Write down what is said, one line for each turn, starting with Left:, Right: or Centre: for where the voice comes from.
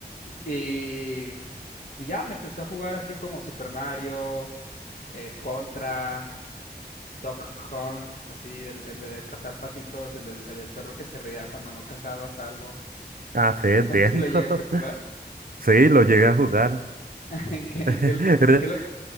Left: Y, y ya me empecé a jugar así como Super Mario, eh, Contra, Duck Hunt, así, el, el de cazar patitos, el del, el del perro que se reía cuando no cazabas algo.
Right: Ah, sí, entiendo.
Left: No sé si lo llegaste
Right: <laughs>
Left: a jugar.
Right: Sí, lo llegué a jugar.
Left: <laughs> ¿En qué,
Right: <laughs>
Left: en qué,
Right: Re-
Left: en qué, lo-